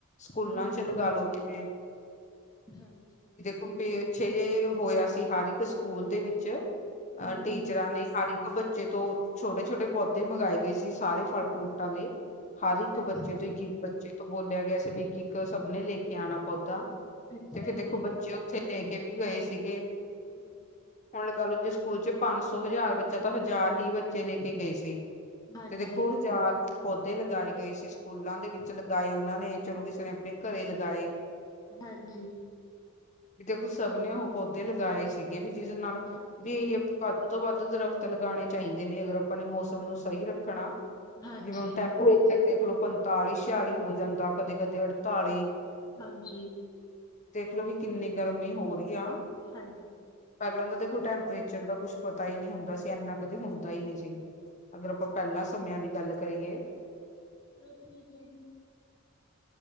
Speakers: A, on the left; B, on the left.
A: ਸਕੂਲਾਂ
B: ਹਾਂਜੀ।
A: 'ਚ' ਲਗਾ ਲੋ ਜਿਵੇਂ
B: ਹਾਂਜੀ।
A: ' <unintelligible> ' ਜੇ ਹੋਇਆ ਸੀ ਹਰ ਇੱਕ ਸਕੂਲ ਦੇ ਵਿੱਚ
B: ਹਾਂਜੀ,
A: ਅ ਟੀਚਰਾਂ ਨੇ ਹਰ ਇੱਕ ਬੱਚੇ ਤੋਂ ਛੋਟੇ ਛੋਟੇ ਪੌਦੇ ਮੰਗਗਾਏ ਗਏ ਸੀ ਸਾਰੇ ਫਲ ਫਰੂਟਾਂ ਦੇ ਹਰ ਇੱਕ
B: ਅੱਛਾ,
A: ਬੱਚੇ ਤੋਂ ਇੱਕ-ਇੱਕ ਬੱਚੇ ਬੱਚੇ ਤੋਂ ਬੋਲਿਆ ਗਿਆ ਸੀ, ਵੀ ਇੱਕ ਸਭ ਨੇ ਲੈ ਕੇ ਆਉਣਾ ਪੌਦਾ
B: ਅੱਛਾ
A: ਤੇ ਫਿਰ ਦੇਖੋ
B: ਜੀ।
A: ਬੱਚੇ ਉੱਥੇ ਦੇਕੇ ਵੀ ਗਏ ਸੀਗੇ
B: ' <unintelligible>
A: ਹੁਣ ਲਗਾ ਲਓ ਜੇ ਸਕੂਲ 'ਚ' ਪੰਜ ਸੌ ਹਜ਼ਾਰ ਬੱਚਾ ਤਾਂ ਹਜ਼ਾਰ ਹੀ ਬੱਚੇ ਲੈ ਕੇ ਗਏ ਸੀ।
B: ਹਾਂਜੀ।
A: ਤੇ ਦੇਖੋ ਹਜ਼ਾਰ ਪੌਦੇ ਲਗਾਏ ਗਏ ਸੀ, ਸਕੂਲਾਂ ਦੇ ਵਿੱਚ ਲਗਾਏ ਉਹਨਾਂ ਨੇ, ਚਲੋ ਕਿਸ ਨੇ ਆਪਣੇ ਘਰੇ ਲਗਾਏ।
B: ਹਾਂਜੀ।
A: ਦੇਖੋ ਸਭ ਨੇ ਉਹ ਪੌਦੇ ਲਗਾਏ ਸੀਗੇ ਵੀ ਜਿਸ ਨਾਲ
B: ਹਾਂਜੀ,
A: ਵੀ ਇਹ ਵੱਧ ਤੋਂ ਵੱਧ ਦਰਖਤ ਲਗਾਉਣੇ ਚਾਹੀਦੇ ਨੇ ਅਗਰ ਆਪਾਂ ਨੇ ਮੌਸਮ ਮੌਸਮ ਨੂੰ ਸਹੀ ਰੱਖਣਾ
B: ਹਾਂਜੀ,
A: ਜਿਵੇਂ ਹੁਣ
B: ਹਾਂਜੀ।
A: ਟ ਇਥੇ ਦੇਖਲੋ ਪੰਤਾਲੀ, ਛਿਆਲੀ ਹੋ ਜਾਂਦਾ ਕਦੇ-ਕਦੇ ਅੜਤਾਲੀ
B: ਹਾਂਜੀ।
A: ਦੇਖਲੋ ਵੀ ਕਿੰਨੀ ਗਰਮੀ ਹੋ ਰਹੀ ਆ
B: ਹਾਂਜੀ।
A: ਪਹਿਲਾਂ ਤਾਂ ਦੇਖੋ ਟੈਂਪਰੇਚਰ ਦਾ ਕੁਛ ਪਤਾ ਹੀ ਨਹੀਂ ਹੁੰਦਾ ਸੀ, ਇੰਨਾ ਕਦੇ ਹੁੰਦਾ ਹੀ ਨਹੀਂ ਸੀ।
B: ' <inaudible>
A: ਅਗਰ ਆਪਾਂ ਪਹਿਲਾਂ ਸਮਿਆਂ ਦੀ ਗੱਲ ਕਰੀਏ।
B: ਚਲੋ ਠੀਕ ਹੈ ਜੀ।